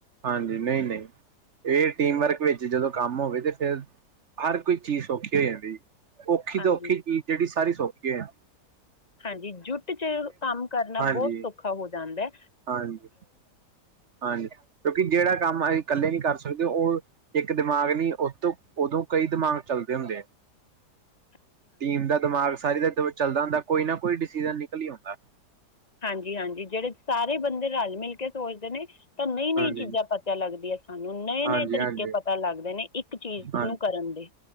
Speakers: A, on the right; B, on the left.
A: ਹਾਂਜੀ। ਨਹੀਂ, ਨਹੀਂ। ਇਹ ਟੀਮ ਵਰਕ ਵਿੱਚ ਜਦੋਂ ਕੰਮ ਹੋਵੇ ਤੇ ਫੇਰ ਹਰ ਕੋਈ ਚੀਜ਼ ਸੌਖੀ ਹੋ ਜਾਂਦੀ। ਔਖੀ
B: ਹਾਂਜੀ
A: ਤਾਂ ਔਖੀ ਚੀਜ਼ ਜੇਹੜੀ ਸਾਰੀ ਸੌਖੀ ਹੋ ਜਾ
B: ਹਾਂਜੀ, ਜੁੱਟ ਚ ਕੰਮ ਕਰਨਾ
A: ਹਾਂਜੀ
B: ਬਹੁਤ ਸੌਖਾ ਹੋ ਜਾਂਦਾ ਐ।
A: ਹਾਂਜੀ, ਹਾਂਜੀ ਕਿਉਂਕਿ ਜਿਹੜਾ ਕੰਮ ਅਸੀਂ ਇਕੱਲੇ ਨਹੀਂ ਕਰ ਸਕਦੇ, ਉਹ ਇੱਕ ਦਿਮਾਗ ਨੀ, ਉਤੋ ਉਦੋਂ ਕਈ ਦਿਮਾਗ ਚੱਲਦੇ ਹੁੰਦੇ ਐ।
B: ਹਮ <inaudible>
A: ਟੀਮ ਦਾ ਦਿਮਾਗ ਸਾਰੀ ਦਾ ਚੱਲਦਾ ਹੁੰਦਾ, ਕੋਈ ਨਾ ਕੋਈ ਡਿਸੀਜ਼ਨ ਨਿਕਲ ਹੀ ਆਉਂਦਾ।
B: ਹਾਂਜੀ, ਹਾਂਜੀ ਜਿਹੜੇ ਸਾਰੇ ਬੰਦੇ ਰਲ -ਮਿਲ ਕੇ ਸੋਚਦੇ ਨੇ ਤਾਂ ਨਈ, ਨਈ
A: ਹਾਂਜੀ
B: ਚੀਜ਼ਾਂ ਪਤਾ ਲੱਗਦੀਆਂ ਸਾਨੂੰ, ਨਏ-ਨਏ
A: ਹਾਂਜੀ
B: ਤਰੀਕੇ
A: ਹਾਂਜੀ
B: ਪਤਾ ਲੱਗਦੇ ਨੇ, ਇੱਕ ਚੀਜ਼
A: ਹਾਂਜੀ
B: ਨੂੰ ਕਰਨ ਦੇ।